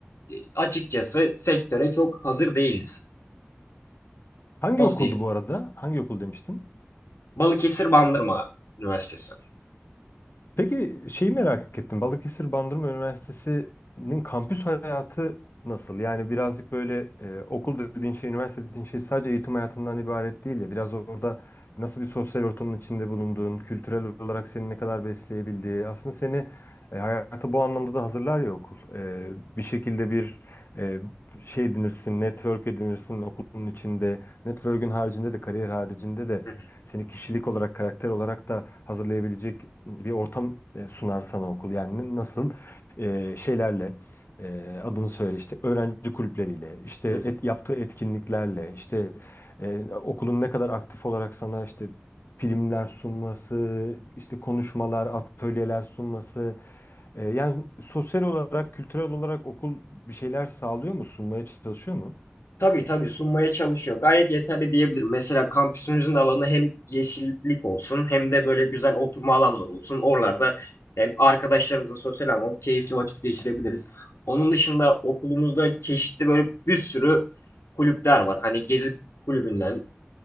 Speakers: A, on the left (about 90°); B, on the left (about 60°).
A: e, açıkçası sektöre çok hazır değiliz.
B: Hangi
A: Onu
B: okuldu
A: diyebilirim.
B: bu arada? Hangi okul demiştin?
A: Balıkesir Bandırma Üniversitesi.
B: Peki şeyi merak ettim. Balıkesir Bandırma Üniversitesi'nin kampüs hayatı nasıl? Yani birazcık böyle e, okul dediğin şey, üniversite dediğin şey sadece eğitim hayatından ibaret değil ya. Biraz orada nasıl bir sosyal ortamın içinde bulunduğun, kültürel olarak seni ne kadar besleyebildiği, aslında seni e, hayata bu anlamda da hazırlar ya okul. E, bir şekilde bir e, şey edinirsin, network edinirsin okulun içinde. Network'ün haricinde de, kariyer haricinde de
A: Hı hı.
B: seni kişilik olarak, karakter olarak da hazırlayabilecek bir ortam e, sunar sana okul. Yani nasıl e, şeylerle e, adını söyle işte öğrenci kulüpleriyle, işte
A: Güzel.
B: et, yaptığı etkinliklerle, işte e, okulun ne kadar aktif olarak sana işte filmler sunması, işte konuşmalar, atölyeler sunması. E, yani sosyal olarak, kültürel olarak okul bir şeyler sağlıyor mu, sunmaya çalışıyor mu?
A: Tabii tabii sunmaya çalışıyor. Gayet yeterli diyebilirim. Mesela kampüsümüzün alanı hem yeşillik olsun hem de böyle güzel oturma alanları olsun. Oralarda hem arkadaşlarımızla sosyal anlamda keyifli vakit geçirebiliriz. Onun dışında okulumuzda çeşitli böyle bir sürü kulüpler var. Hani gezi kulübünden,